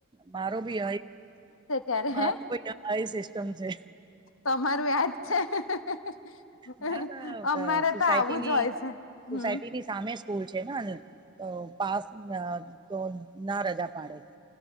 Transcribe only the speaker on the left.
ત્યારે
હે
તમારું યાદ છે
અમારે
તો આવું જ હોય છે
હમ